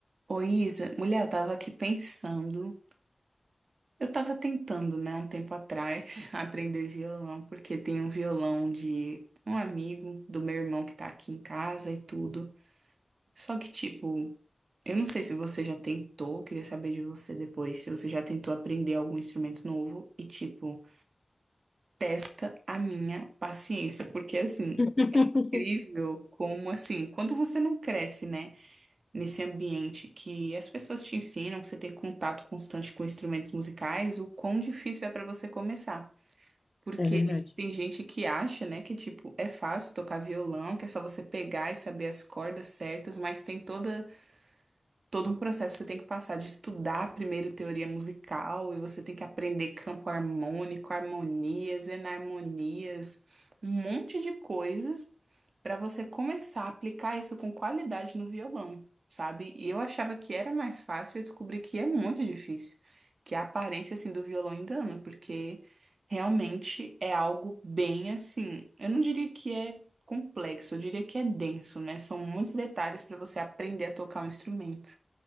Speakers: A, on the right (about 70°); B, on the left (about 35°).
A: Ô Isa, mulher, eu tava aqui pensando. Eu tava tentando, né, um tempo atrás, <laughs> aprender violão, porque tem um violão de um amigo do meu irmão que tá aqui em casa e tudo. Só que, tipo, eu não sei se você já tentou, queria saber de você depois, se você já tentou aprender algum instrumento novo e, tipo, testa a minha paciência, porque, assim,
B: <laughs>
A: incrível como, assim, quando você não cresce, né? nesse ambiente que as pessoas te ensinam, que você tem contato constante com instrumentos musicais, o quão difícil é para você começar. Porque
B: É verdade.
A: tem gente que acha, né, que tipo, é fácil tocar violão, que é só você pegar e saber as cordas certas, mas tem toda todo um processo que você tem que passar de estudar primeiro teoria musical e você tem que aprender campo harmônico, harmonias, enarmonias, um monte de coisas para você começar a aplicar isso com qualidade no violão, sabe? E eu achava que era mais fácil, eu descobri que é muito difícil, que a aparência assim do violão engana, porque realmente é algo bem assim, eu não diria que é complexo, eu diria que é denso, né? São muitos detalhes para você aprender a tocar um instrumento.